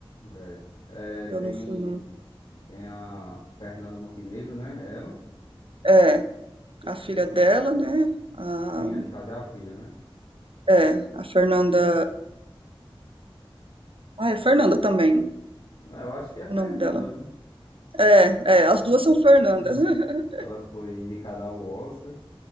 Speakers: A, on the left; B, on the right.
A: É. É, tem,
B: Eu não fui no.
A: tem a Fernanda Montenegro, né? Ela.
B: É, a filha
A: Que ela.
B: dela, né? A...
A: Sim, é, no caso é a filha, né?
B: É, a Fernanda. Ah, é Fernanda também,
A: Ah, Eu acho que é a
B: o
A: Fernanda.
B: nome dela.
A: né?
B: É, é, as
A: É,
B: duas são Fernandas.
A: <laughs>
B: <laughs>
A: ela foi indicada ao Oscar,